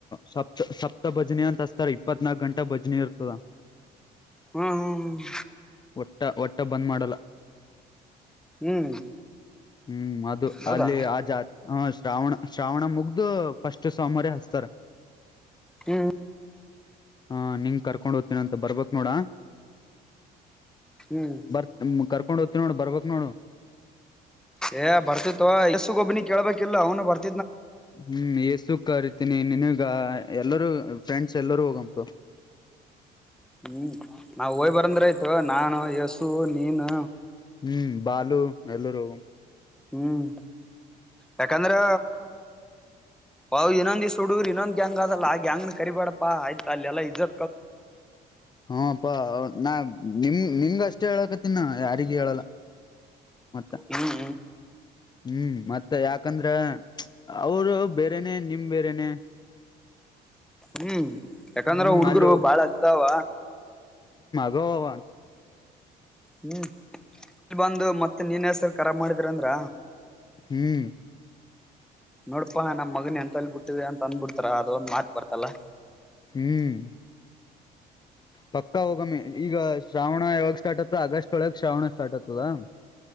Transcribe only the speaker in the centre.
ಹ್ಮ ಹ್ಮ್ ಹ್ಮ್
ಹ್ಮ್
ಹೌದಾ
ಹ್ಮ್
ಹ್ಮ್
ಏ ಬರ್ತಿತ್ವ ಯಸ್ಸು ಗೊಬ್ಬನಿ ಕೇಳ್ಬೇಕಿಲ್ಲ ಅವನು ಬರ್ತಿ
ಹ್ಮ್ ನಾವ್ ಹೋಯ್ ಬರಂದ್ರೆ ಆಯ್ತು ನಾನು ಯಸು ನೀನು
ಹ್ಮ್ ಯಾಕಂದ್ರೆ ಬಾವವು ಇನ್ನೊಂದಿ ಸುಡಡುರ್ ಇೊಂದ್ ಹೆಂಗ ಅದಲ್ಲ ಆಗ್ಯಾಂಗನ ಕರಿಬಾಡಪ್ಪ ಆಯ್ತ ಅಲ್ಲೆಲ್ಲ ಇದ
ಹ್ಮ್ ಹ್ಮ್
ಹ್ಮ್ ಯಾಕಂದ್ರ
ಹುಡ್ಗರು
ಬಾಳ ಹದದಾವ
ಹ್ಮ್ ಇಲ್ ಬಂದು ಮತ್ತೆ ನೀನ್ೇಸಲ್ ಖರ ಮಾಡಿದ್ರ ಅಂದ್ರ
ನೋಡಪಾ ನಮ್ ಮಗನ ಎಂತ ಅಲ್ಲಿ ಬಿಟ್ಟಿದೆ ಅಂತ ಅಂದಬಿಡ್ತಾರ ಅದೊಂದ್ ಮಾತ್ ಬರ್ತಲ್ಲ